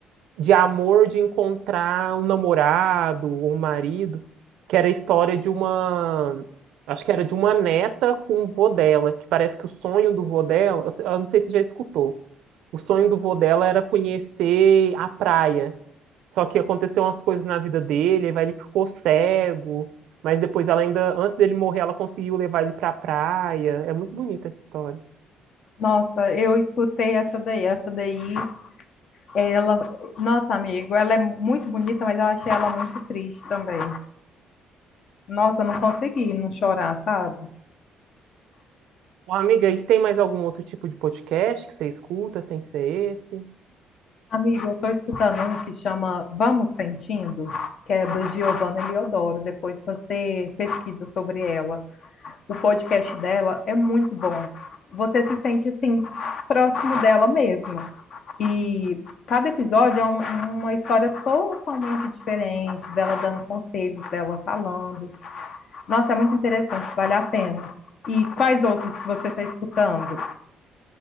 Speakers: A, on the right (about 75°); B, on the left (about 45°).
A: de amor de encontrar um namorado ou um marido, que era a história de uma... Acho que era de uma neta com o vô dela, que parece que o sonho do vô dela... Eu não sei se você já escutou. O sonho do vô dela era conhecer a praia. Só que aconteceu umas coisas na vida dele, aí ele ficou cego, mas depois ela ainda, antes dele morrer, ela conseguiu levar ele pra praia. É muito bonita essa história.
B: Nossa, eu escutei essa daí, essa daí, ela, nossa, amigo, ela é muito bonita, mas eu achei ela muito triste também. Nossa, eu não consegui não chorar, sabe?
A: Ô, amiga, e tem mais algum outro tipo de podcast que você escuta sem ser esse?
B: Amigo, eu tô escutando um que chama Vamos Sentindo, que é da Giovanna Eliodoro, depois você pesquisa sobre ela. O podcast dela é muito bom. Você se sente, assim, próximo dela mesmo. E cada episódio é uma, uma história totalmente diferente, dela dando conselhos, dela falando. Nossa, é muito interessante, vale a pena. E quais outros que você está escutando?